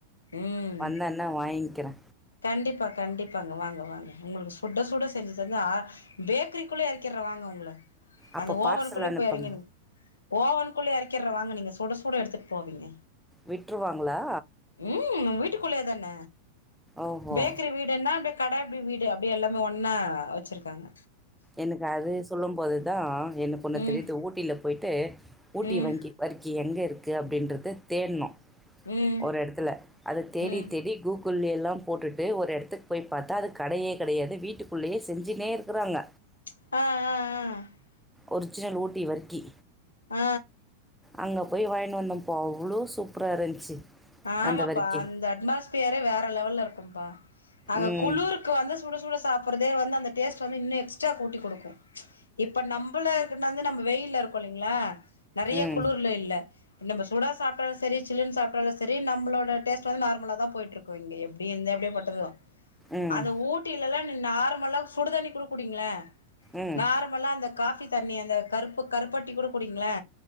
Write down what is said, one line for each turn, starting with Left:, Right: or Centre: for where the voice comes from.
Left: ம்
Centre: வந்தேன வாங்கிறே
Left: கண்டிப்பா கண்டிப்பாங்க வாங்க வாங்க உங்களுக்கு சுட சுட செஞ்சு தந்த பேக்கரிக்குள்ளே எறக்கிறே வாங்க உங்கள
Centre: அப்போ
Left: அந்த
Centre: பார்சல்
Left: ஓவனுக்குள்ளே
Centre: அனுப்புங்க
Left: போய் எறங்கி ஓவனுக்குள்ளே எறக்கிற வாங்க நீங்க சுட சுட எடுத்துட்டு போவீங்க
Centre: விட்ருவாங்களா
Left: ம் வீட்டுக்குள்ளே தான
Centre: ஓஹோ
Left: பேக்கரி வீடு எப்டின்ன அப்டி கட அப்டி வீடு அப்டி எல்லாமே ஒன்னா வெச்சிருக்காங்க
Centre: எனக்கு அது சொல்லு போது தா எனக்கு ஒன்னு
Left: ம்
Centre: தெரியுது ஊட்டியில போயிட்டு ஊட்டி
Left: ம்
Centre: வங்கி வர்க்கி எங்க இருக்கு அப்டின்றது தேட்னோ
Left: ம்
Centre: ஒரு எடத்துல அத தேடி
Left: ம்
Centre: தேடி கூகுள்ளே எல்லா போட்டுட்டு ஒரு எடத்துக்கு போய் பாத்தா அது கடையே கெடையாது வீட்டுக்குள்ளேயே செஞ்சுனே இருக்கிறாங்க
Left: ஆ ஆ ஆ
Centre: ஒரிஜினல் ஊட்டி வர்க்கி
Left: ஆ
Centre: அங்க போய் வாங்கின்னு வந்தோ பா அவ்ளோ சூப்ரா இருந்துச்சு
Left: ஆமாப்பா
Centre: அந்த வர்க்கி
Left: அந்த அட்மாஸ்பியரே வேற லெவல்ல இருக்கும்ப்பா அங்க
Centre: ம்
Left: குளுருக் க்கு வந்து சுட சுட சாப்பிட்றதே வந்து அந்த டேஸ்ட் வந்து இன்னு எக்ஸ்ட்ரா கூட்டி குடுக்கு இப்ப நம்பளே வந்து நம்ம வெயில இருக்கோ இல்லிங்ளா நெறைய
Centre: ம்
Left: குளிர்ல இல்ல நம்ம சூடா சாப்பிட்டாலு செரி சில்ன்னு சாப்பிட்டாலு செரி நம்ளோட டேஸ்ட் வந்து நார்மலா தா போயிட்டு இருக்கு இங்க எப்டி இருந்த எப்பேர் பட்டது
Centre: ம்
Left: அந்த ஊட் ஊட்டில்லா நீ நார்மலாக சுடுதண்ணி கூட குடிங்களே
Centre: ம்
Left: நார் நார்மல அந்த காஃபி தண்ணி அந்த கருப்பு கருப்பட்டி கூட குடிங்களே